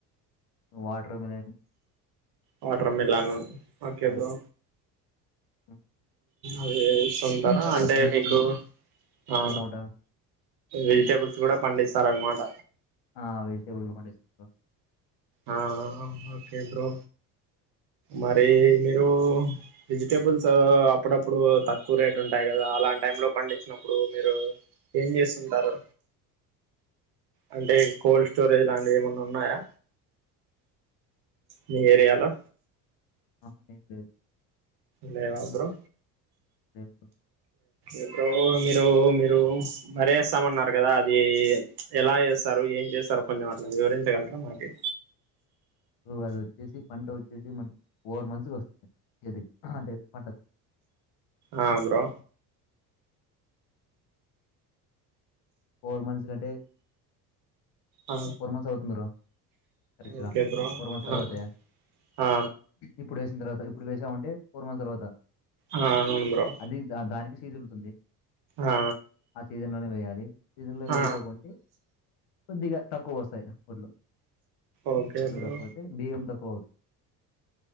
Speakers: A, on the left; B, on the right.
A: ఓ water melon
B: water melon okay
A: ఆ!
B: బ్రో
A: హ్మ్.
B: అదిస్తుంటారా
A: తర్వాత
B: అంటే
A: మిర్చి
B: మీకు అ
A: టమోటా
B: వెజిటేబుల్స్ కూడా పండిస్తార అనమాట
A: ఆ వెజిటేబుల్ కొ
B: ఆ ఓకే బ్రో మరి మీరు వెజిటేబుల్స్ అప్పుడప్పుడు తక్కువ రేట్ ఉంటాయి కదా అలా టై లో పండించినప్పుడు మీరు ఏం చేస్తుంటారు అంటే కోల్డ్ స్టోరేజ్ లాంటివి ఏమన్నా ఉన్నాయా మి ఏరియాలో
A: అ నే బ
B: లేవా బ్రో
A: లేదు బ్రో
B: ఇప్పుడు మీరు మీరు మర వేస్తామన్నారు కదా అది ఎలా చేస్తారు ఏ చేస్తారు కొంచెం అట్లా వివరించగలరా మాకి
A: అది వచ్చేసి పంట వచ్చేసి మనకి ఫోర్ మంత్స్ కి వస్తుంది ఏది అహ పంటదు
B: ఆ బ్రో
A: ఫోర్ మంత్స్ కంటే
B: ఆ
A: ఫోర్ మంత్స్ అవుతుంది మీరు కరెక్ట్గా
B: ఓకే బ్రో
A: ఫోర్ మంత్స్ తర్వాతే
B: ఆ ఆ
A: ఇప్పుడు వేసిన తర్వాత ఇప్పుడు వేసామంటే ఫోర్ మంత్స్ తర్వాత
B: ఆ అవును బ్రో
A: అది ద దానికి సీజున్ ఉంది
B: ఆ
A: అది సీజన్లోనే వేయాలి సీజన్లో వేయికోకుండా
B: ఆ
A: కొద్దిగా తక్కువ వస్తాయి ఒడ్లు
B: ఓకే
A: కొడ్లు
B: బ్రో
A: తక్కువతాయి బియ్యం తక్కువ అవుతాయి